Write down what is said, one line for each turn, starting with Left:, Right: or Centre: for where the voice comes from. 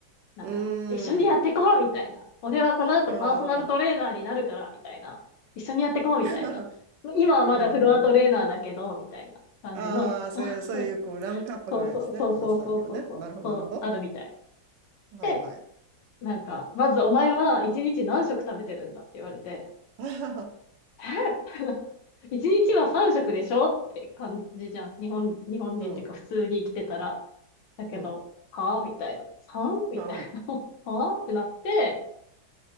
Left: なんか、
Right: うーん。
Left: 一緒にやってこうみたいな。俺はこの後パーソナルトレーナーになるから、
Right: ああ。
Left: みたいな。一緒にやってこうみたいな。
Right: <laughs>
Left: 今はまだフロアトレーナーだけど、
Right: なるほど、なるほど。
Left: みたいな感じの人。
Right: ああ、そういう、
Left: <laughs>
Right: そういう、こう、ラムカップがあるんですね。
Left: そうそうそうそうそうそうそう、
Right: 皆さんにはね。なるほど、
Left: そうあるみたい。
Right: なるほど。はいはい。
Left: で、なんか、
Right: うん。
Left: まずお前は一日何食食べてるんだって言われて、
Right: <laughs> あはは
Left: え一日 <laughs> は三食でしょって感じじゃん。日本、日本人っていうか普通に生きてたら。
Right: うん、
Left: だけど、
Right: うん。
Left: はぁみたいな。三みたい
Right: 買 <laughs> うんだ。
Left: な。はぁってなって、